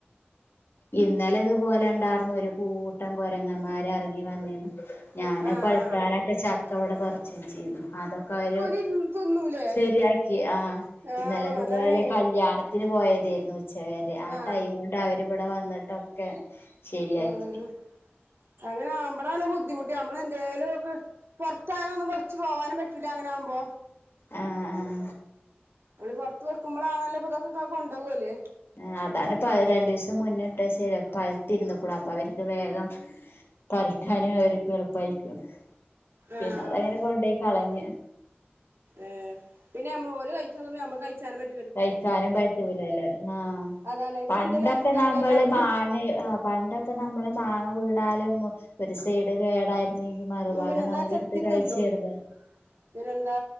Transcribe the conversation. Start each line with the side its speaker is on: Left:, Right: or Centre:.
Left: ഇന്നലെ ഇതുപോലെ ഉണ്ടാർന്നു ഒരു കൂട്ടം കൊരങ്ങന്മാര് ഇറങ്ങി വന്നേന്ന് ഞാന്
Right: ആഹ്
Left: പഴുക്കാനൊക്കെ ചക്ക ഇവടെ പർച്ച് വെച്ചീന്നു അതൊക്കെ അവര്
Right: ഓല് തിന്നൂലേ
Left: ശരിയാക്കി ആ
Right: ആഹ്
Left: ഇന്നലതുപോലെ
Right: അതാണേ
Left: കല്യാണ ത്തിന് പോയതായിരുന്നു ഉച്ച വരെ ആ
Right: ആഹ്
Left: ടൈം കൊണ്ട് അവരിവിടെ വന്നിട്ടൊക്കെ ശരിയാക്കി
Right: ഉം അങ്ങനെ ആവുമ്പളാണ് ബുദ്ധിമുട്ട് നമ്മള് എന്തേലും ഒക്കെ പൊർത്താനും ഒന്നും വെച്ച് പോവാനും പറ്റൂല്ല അങ്ങനൊവുമ്പോ
Left: ആഹ് ആഹ്
Right: മ്മള് പൊർത്ത് വെക്ക്മ്പളാണല്ലൊ പതൊക്കൊക്കെ കൊണ്ടോ കോല്ല്
Left: ആ അതാണ് പ രണ്ടു ദിവസം മുന്നട്ട് ശരി പഴുത്തിര്ണ്ട്ക്ണ് അപ്പൊ അവർക്ക് വേഗം പറിക്കാനും അവര്ക്ക് എളുപ്പായിരിക്കും
Right: ആഹ്
Left: പിന്നെ അത അങ്ങനെ കൊണ്ടോയി കളഞ്ഞ്
Right: ഏഹ് പിന്നെ നമ്മ ഓല് കഴിച്ചാതെ നമ്മക്ക് കഴിച്ചാനും പറ്റ
Left: കഴിക്കാനും പറ്റൂലല്ലേ ആഹ്
Right: അതാണ് പിന്നെ
Left: പണ്ടൊക്കെ
Right: എന്തേലും അസുഖായി
Left: നമ്മള്
Right: കഴിഞ്ഞാ അതും
Left: മാന് പണ്ടൊ ക്കെ നമ്മള് മാങ്ങ വീണാലും ഒരു സൈഡ് കേട <unintelligible> മറുഭാഗം
Right: പിന്നെന്താ
Left: നമ്മളെടുത്ത്
Right: ചെത്തി
Left: കഴിച്ചേരുന്ന
Right: തിന്നും പിന്നെന്താ